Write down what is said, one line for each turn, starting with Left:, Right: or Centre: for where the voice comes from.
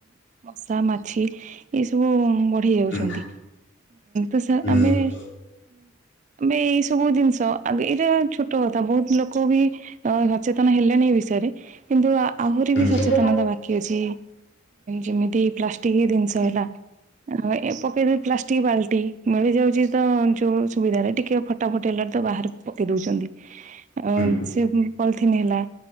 Right: ମଶା ମାଛି ଏସବୁ ବଢେଇ ଯାଉଛନ୍ତି
Left: ହୁଁ ହୁଁ
Right: ତ
Left: ହୁଁ
Right: ଆମେ ଆ ଏଇ ସବୁ ଜିନିଷ ଆଗ ଏଇଟା ଛୋଟ କଥା ବହୁତ ଲୋକ ବି ସଚେତନ ହେଲେଣିି ଏଇ ବିଷୟରେ କିନ୍ତୁ ଆହୁରି ବି ସଚେତନତା
Left: ହୁଁ ହଁ
Right: ବାକି ଅଛି। ଯେମିତି ପ୍ଲାଷ୍ଟିକ ଜିନିଷ ହେଲା । ଆଉ ଏ ପକେଇଦେବି ପ୍ଲାଷ୍ଟିକ ବାଲ୍ଟି । ମିଳି ଯାଉଛି । ତ ଯୋଉ ସୁବିଧା ଟା ଟିକେ । ଟକେ ଫଟା ଫଟି ହେଲାଟୁ ତାକୁ ବାହାରକୁ ପକେଇ ଦେଉଛନ୍ତି । ଆଉ
Left: ହୁଁ
Right: ସିଏ ପଲ - ଥିନ ହେଲା